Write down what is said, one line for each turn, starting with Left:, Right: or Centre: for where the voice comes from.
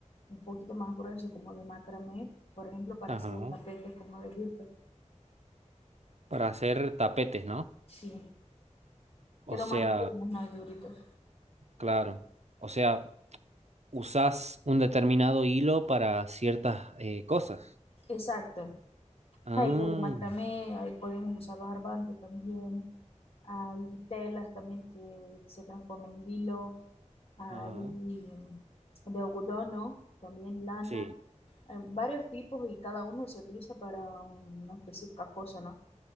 Left: un poquito más grueso, como de macramé, por ejemplo, para
Right: Ajá.
Left: hacer los tapetes, como dijiste.
Right: Para hacer tapetes, ¿no?
Left: Sí,
Right: O
Left: quedó
Right: sea,
Left: más firmes, no hay duritos.
Right: claro. O sea, usás un determinado hilo para ciertas eh, cosas.
Left: Exacto.
Right: Ah,
Left: Hay hilo de macramé, ahí podemos usar barbante también. Hay telas también que se transforman en hilo. Hay
Right: ajá.
Left: de algodón, ¿no? También lana.
Right: Sí,
Left: Hay varios tipos y cada uno se utiliza para una específica cosa, ¿no?